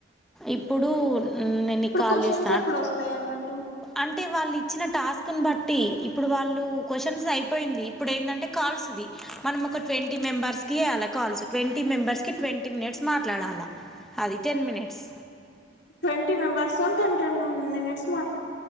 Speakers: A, in the centre; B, on the left.
A: ఇప్పుడు ఉమ్ నేను
B: ఇప్పుడు
A: కాల్
B: క్వశ్చన్స్
A: చేస్తా
B: ఎప్పుడు వస్తాయి అన్నట్టు
A: అంటే వాళ్ళు చిన టాస్క్ను బట్టి ఇప్పుడు వాళ్ళు క్వశ్చన్స్ అయిపోయింది ఇప్పుడు ఏంటంటే కాల్స్ ఇది మనం ఒక ట్వంటీ మెంబర్స్ కి అలా కాల్స్ ట్వంటీ మెంబర్స్కి ట్వంటీ మినిట్స్ మాట్లాడాలి అది ten minutes
B: twenty members ten ten minutes మాట్